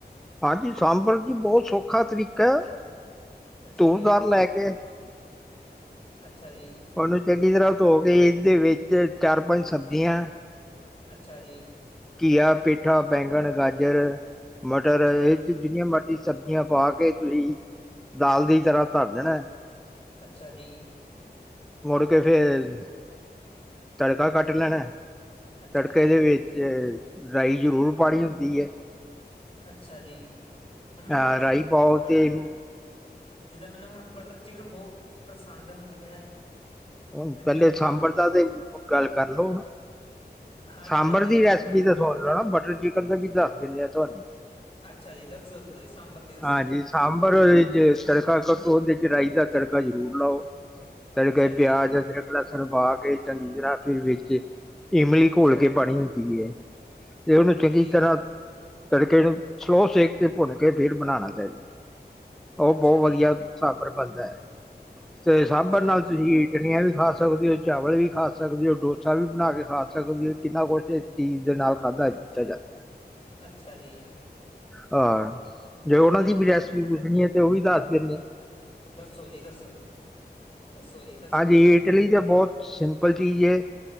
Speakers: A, in the centre; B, on the left.
A: ਹਾਂਜੀ ਸਾਂਬਰ ਜੀ ਬਹੁਤ ਸੌਖਾ ਤਰੀਕਾ ਹੈ।
B: ਅੱਛਾ
A: ਤੁਅਰ
B: ਜੀ,
A: ਦਾਲ ਲੈ ਕੇ
B: ਅੱਛਾ ਜੀ,
A: ਉਹਨੂੰ ਚੰਗੀ ਤਰ੍ਹਾਂ ਧੋ ਕੇ ਇਹਦੇ ਵਿੱਚ ਚਾਰ ਪੰਜ ਸਬਜ਼ੀਆਂ
B: ਅੱਛਾ ਜੀ,
A: ਘੀਆ, ਪੇਠਾ, ਬੈਂਗਣ, ਗਾਜਰ, ਮਟਰ
B: ਅੱਛਾ
A: ਇਹੋ
B: ਜੀ,
A: ਜੁ ਜਿਨੀਆ ਮਰਜੀ ਸਬਜ਼ੀਆਂ ਪਾ ਕੇ ਤੁਸੀਂ ਦਾਲ ਦੀ ਤਰ੍ਹਾਂ ਧਰ ਦੇਣਾ।
B: ਅੱਛਾ ਜੀ,
A: ਮੁੜ, ਕਿ ਫੇਰ ਤੜਕਾ ਕੱਟ ਲੈਣਾ।
B: ਅੱਛਾ
A: ਤੜਕਾ
B: ਜੀ,
A: ਦੇ ਵਿੱਚ ਰਾਈ ਜ਼ਰੂਰ ਪਾਣੀ ਹੁੰਦੀ ਹੈ।
B: ਅੱਛਾ ਜੀ ਹੁਣ ਮੈਨੂੰ
A: ਅਹ
B: ਜਿੱਦਾਂ
A: ਰਾਈ ਪਾਓ
B: ਬਟਰ
A: ਤੇ
B: ਜਿੱਦਾਂ ਮੈਨੂੰ ਹੁਣ ਬਟਰ ਚਿਕਨ ਬਹੁਤ ਪਸੰਦ ਹੈਗਾ ਹੈ।
A: ਹੁਣ
B: ਮੈਨੂੰ
A: ਪਹਿਲੇ
B: ਮੈਂ
A: ਸਾਂਬਰ
B: ਹਾਂਜੀ
A: ਦਾ ਤੇ ਗੱਲ ਕਰ ਲੋ, ਹੁਣ
B: ਹਾਂਜੀ
A: ਸਾਂਬਰ
B: ਹਾਂਜੀ
A: ਦੀ
B: ਹਾਂ
A: ਰੈਸਪੀ ਤਾਂ ਸੁਣ ਲ ਨਾ, ਬਟਰ ਚਿਕਨ ਦਾ ਵੀ ਦੱਸ ਦਿੰਦੇ ਆ ਤੁਹਾਨੂੰ,
B: ਅੱਛਾ ਜੀ ਦੱਸੋ ਦੱਸੋ ਜੀ ਸਾਂਬਰ ਦੀ ਦੱਸੋ
A: ਹਾਂਜੀ
B: ਜੀ
A: ਸਾਂਬਰ ਚ ਤੜਕਾ ਉਹਦੇ ਚ ਰਾਈ ਦਾ ਤੜਕਾ ਕਾ ਜ਼ਰੂਰ ਲਾਓ। ਤੜਕੇ
B: ਅੱਛਾ ਜੀ
A: ਪਿਆਜ਼, ਅਦਰਕ ਲਸਣ ਪਾ ਕੇ ਚੰਗੀ ਤਰ੍ਹਾਂ ਫਿਰ ਵਿੱਚ ਇਮਲੀ
B: ਅੱਛਾ
A: ਘੋਲ ਕੇ ਪਾਣੀ ਹੁੰਦੀ ਹੈ, ਤੇ ਉਹਨੂੰ
B: ਠੀਕ
A: ਚੰਗੀ
B: ਹੈ
A: ਤਰ੍ਹਾਂ ਤੜਕੇ ਨੂੰ ਸਲੋਅ ਸੇਕ ਤੇ ਭੁੰਨ ਕੇ ਫਿਰ ਬਣਾਣਾ ਚਾਹੀਦਾ। ਉਹ
B: ਅੱਛਾ
A: ਬਹੁਤ ਵਧੀਆ
B: ਜੀ
A: ਸਾਬਰ ਬਣਦਾ ਹੈ। ਤੇ ਸਾਂਭਣ
B: ਅੱਛਾ
A: ਨਾਲ ਤੁਸੀਂ ਪੀਨੀਆਂ ਵੀ ਖਾ ਸਕਦੇ ਹੋ। ਚਾਵਲ ਵੀ ਖਾ ਸਕਦੇ ਹੋ। ਡੋਸਾ ਵੀ ਬਣਾ ਕੇ ਖਾ ਸਕਦੇ ਹੋ। ਕਿੰਨਾ ਕੁਛ ਇਸ ਚੀਜ਼ ਦੇ ਨਾਲ ਖਾਧਾ ਪੀਤਾ ਜਾਂਦਾ ਹੈ।
B: ਅੱਛਾ ਜੀ।
A: ਹਾਂ। ਜੇ
B: ਹਾਂਜੀ
A: ਉਹਨਾਂ ਦੀ
B: ਜੀ
A: ਵੀ ਰੈਸਪੀ ਪੁੱਛਣੀ ਹੈ ਤੇ ਤੇ ਉਹ ਵੀ ਦੱਸ ਦਿੰਨੇ ਆ।
B: ਦੱਸੋ ਜੀ ਦੱਸੋ, ਦੱਸੋ ਜੀ ਦਸ
A: ਹਾਂਜੀ, ਇਟਲੀ ਤੇ ਬਹੁਤ ਸਿੰਪਲ ਚੀਜ਼ ਐ।